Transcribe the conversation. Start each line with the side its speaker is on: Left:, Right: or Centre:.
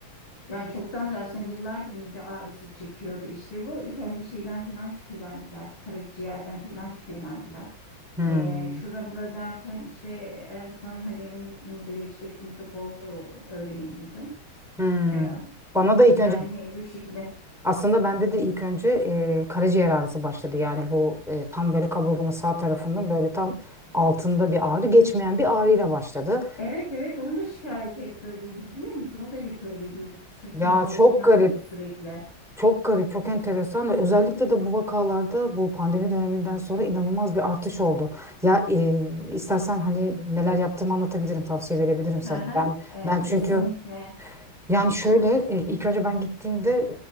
Left: Ya çoktandır aslında yıllardır mide ağrısı çekiyordu işte bu. İlk önce şeyden falan şüphelendiler. Karaciğerden falan şüphelendiler.
Centre: Hmm.
Left: Ee, şura bura derken işte en son hani mi- midede işte mikrop olduğu öğrenildi dün.
Centre: Hmm.
Left: Ee,
Centre: Bana da ilk
Left: yani
Centre: önce
Left: bu şekilde.
Centre: Aslında bende de ilk önce e, karaciğer ağrısı başladı. Yani bu e, tam böyle kaburgamın sağ tarafının böyle tam altında bir ağrı geçmeyen bir ağrıyla başladı.
Left: Evet evet onun da şikayeti hep böyleydi biliyor musun? O da hep öyle diyordu. Sırtım
Centre: Ya
Left: ağrıyor
Centre: çok
Left: falan
Centre: garip,
Left: diyordu sürekli.
Centre: çok garip, çok enteresan. ve Özellikle de bu vakalarda bu pandemi döneminden sonra inanılmaz bir artış oldu. Ya e, istersen hani neler yaptığımı anlatabilirim, tavsiye verebilirim sana.
Left: Hı hı.
Centre: Ben
Left: Ee,
Centre: ben
Left: kesinlikle.
Centre: çünkü Yani şöyle e, ilk önce ben gittiğimde